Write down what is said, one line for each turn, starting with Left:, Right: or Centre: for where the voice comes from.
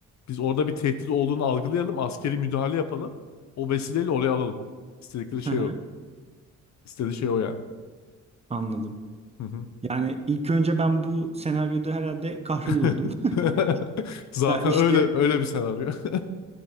Left: Biz orada bir tehdit olduğunu algılayalım. Askeri müdahale yapalım. O vesileyle oraya alalım. İstedikleri
Right: Hı
Left: şey
Right: hı,
Left: o. İstediği şey o yani.
Right: Anladım.
Left: Hı hı.
Right: Yani ilk önce ben bu senaryoda herhalde kahrolurdum.
Left: <laughs>
Right: <laughs>
Left: Zaten
Right: Ya işte
Left: öyle öyle bir senaryo. <laughs>